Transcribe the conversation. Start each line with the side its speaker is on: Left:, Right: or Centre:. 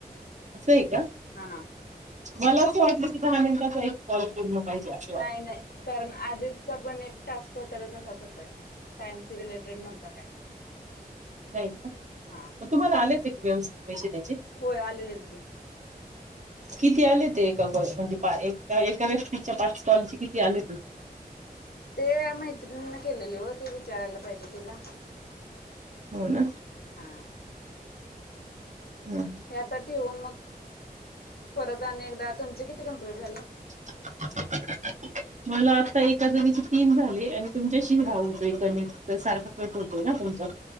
Right: असंय का?
Left: हा
Right: मला <unintelligible> वाटल की दहा मिनिटात <unintelligible> कॉल पूर्ण पाहिजे अस
Left: नाही
Right: वाद
Left: नाही कारण आधीचा पण एक टास्क होता तो तसाच होता की. टाइम सी रिलेटेड नव्हता काय.
Right: नाही का
Left: हा
Right: तुम्हाला आले ते व्यवस्थित. पैसे त्याचे?
Left: होय आलेलेत की
Right: किती आले ते एका कॉल म्हणजे एका एका व्यक्तीच्या पाच कॉलचे किती आले ते?
Left: ते मैत्रिणीने केलेले ओ ते विचारायला पाहिजे तिला.
Right: हो ना?
Left: हा
Right: रिकामा ऑडिओ
Left: हे आता ठेवून मग परत आणि एकदा तुमचे किती कम्प्लीट झाले
Right: <inaudible> मला आता एका जणीचे तीन झाले आणि तुमच्याशी हा होतोय कमी तर सारखा कट होतोय ना तुमचा